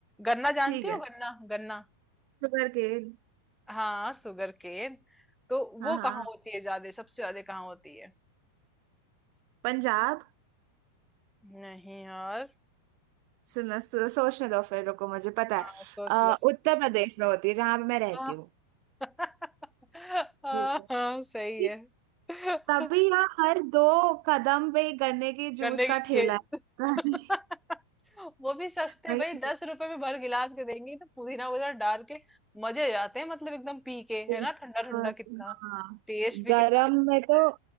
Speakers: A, in the centre; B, on the right.
A: गन्ना जानती
B: ठीक
A: हो
B: है
A: गन्ना गन्ना
B: Sugar cane
A: हाँ शुगर केन तो वो
B: हाँ हाँ
A: कहाँ होती है ज्यादा सबसे ज्यादा कहाँ होती है
B: पंजाब
A: नहीं यार
B: सुनो सो, सोचने दो फिर रुको मुझे पता
A: हाँ
B: है
A: सोच
B: अ,
A: लो सोच
B: उत्तर प्रदेश में होती है जहां पे मैं रहती
A: लो।
B: हूँ
A: <laughs> हाँ
B: बिल्कुल
A: हाँ, सही
B: ठीक,
A: है <laughs>
B: तभी यहाँ हर दो कदम पे गन्ने के जूस
A: गन्ने की
B: का ठेला
A: खेत
B: है
A: <laughs>
B: <laughs>
A: वो भी सस्ते
B: नहीं
A: भाई दस रुपए में भर गिलास के देंगे तो पुदीना वगैरह डाल के मजे आ जाते हैं मतलब एकदम पी के
B: बिल्कुल
A: है ना ठंडा ठंडा कितना
B: हाँ
A: टेस्ट भी
B: गर्म
A: कितना अच्छा
B: में
A: लगता
B: तो